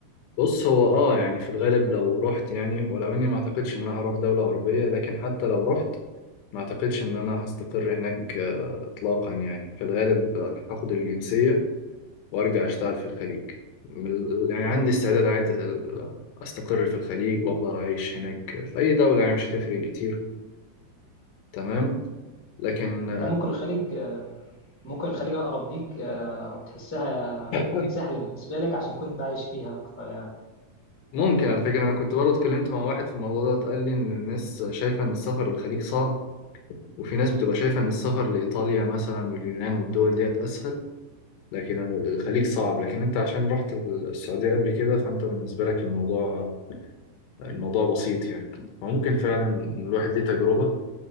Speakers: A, on the left (about 90°); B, in the centre.
A: بص هو اه يعني في الغالب لو رحت يعني ولو اني ما اعتقدش ان انا هروح دولة غربية لكن حتى لو رحت ما اعتقدش ان انا هستقر هناك آه، اطلاقا يعني في الغالب هاخد الجنسية وارجع اشتغل في الخليج من ال- يعني عندي استعداد عادي ال- استقر في الخليج وافضل اعيش هناك في اي دولة يعني مش هتفرق كتير تمام لكن
B: انت ممكن الخليج ممكن الخليج اقرب ليك آه، وتحسها
A: <laughs>
B: سهله بالنسبه لك عشان كنت عايش فيها اكتر يعني
A: ممكن على فكرة أنا كنت برضه اتكلمت مع واحد في الموضوع ده قال لي إن الناس شايفة إن السفر للخليج صعب وفي ناس بتبقى شايفة إن السفر لإيطاليا مثلا واليونان والدول ديت أسهل لكن الخليج صعب لكن أنت عشان رحت السعودية قبل كده فأنت بالنسبة لك الموضوع الموضوع بسيط يعني فممكن فعلا الواحد ليه تجربة